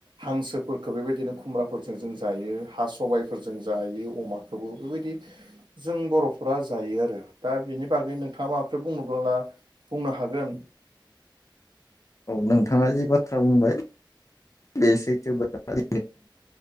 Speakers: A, on the right; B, on the left.
A: हांसोफोरफोरखौ बेबायदिनो खुमब्राफोरजों जों जायो हा सबाइ जायो अमाखौबो बेबायदि जों बर'फोरा जायो आरो दा बेनि बागै नोंथाङा माफोर बुं बुंनो हागोन
B: नोंथाङा जि बाथ्रा बुंबाय बे सैथो बाथ्रा